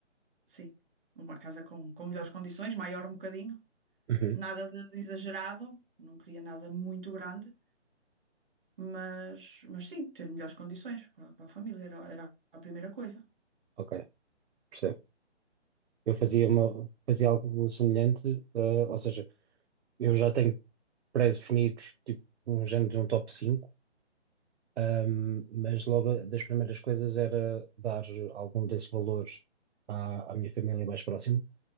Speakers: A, on the right (about 50°); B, on the right (about 70°).
A: Sim, uma casa com, com melhores condições, maior um bocadinho,
B: Uhum,
A: nada de de exagerado, não queria nada muito grande, mas, mas sim, ter melhores condições para, para a família era, era a primeira coisa,
B: ok. Percebe? Eu fazia,
A: porque
B: uma, fazia algo semelhante, eh, ou seja, eu já tenho pré-definidos, tipo, um género de um top 5 ehm, mas logo a- das primeiras coisas era dar algum desses valores à, à minha família mais próxima,